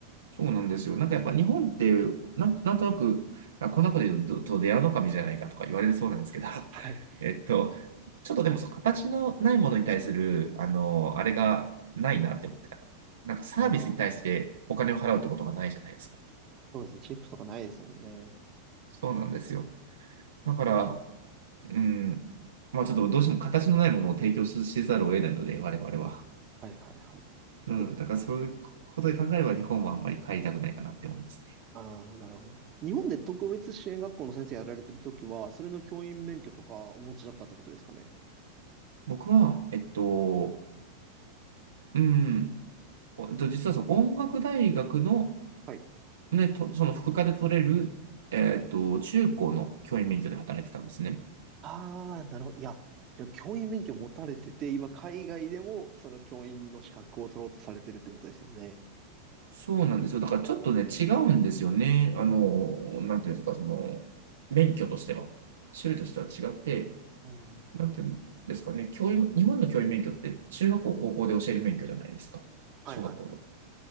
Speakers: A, on the right (about 65°); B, on the right (about 35°).
A: そうなんですよ。なんかやっぱ日本って、なん、なんとなく、あ、こんなこと言うと、と出会うの神じゃないかとか言われるそうなんですけど、<laughs>
B: はい。
A: えっと、ちょっとでもそう形のないものに対する、あの、あれがないなって思ってた。なんかサービスに対してお金を払うってことがないじゃないですか。
B: ああ、そうですね。チップとかないですもんね。
A: そうなんですよ。だから、うん。まあちょっとどうしても形のないものを提供せざるを得ないので、我々は。
B: はい、はい、は
A: うん。
B: い。
A: だからそういうことで考えれば日本はあんまり帰りたくないかなって思いますね。
B: ああ、なるほど。日本で特別支援学校の先生やられてるときは、それの教員免許とかお持ちだったってことですかね。
A: 僕は、えっと、うん。おえっと実はその音楽大学の、
B: はい。
A: ね、と、その副科で取れる、えっと、中高の教員免許で働いてたんですね。
B: ああ、なるほど。いや、じゃあ教員免許持たれてて、今海外でもその教員の資格を取ろうとされてるってことですよね。
A: そうなんですよ。だからちょっとね、違うんですよね。あの、なんていうんですか、その、免許としては。種類としては違って、
B: うん。
A: なんていうんですかね、教員、日本の教員免許って中学校、高校で教える免許じゃないですか。
B: はいはいはい。
A: 小学校の。